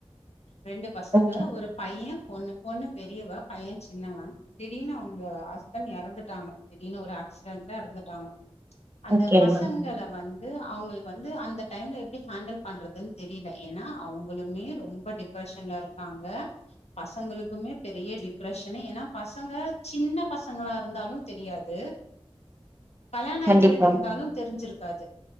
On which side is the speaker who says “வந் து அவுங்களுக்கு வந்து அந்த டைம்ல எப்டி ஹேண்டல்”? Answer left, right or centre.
Left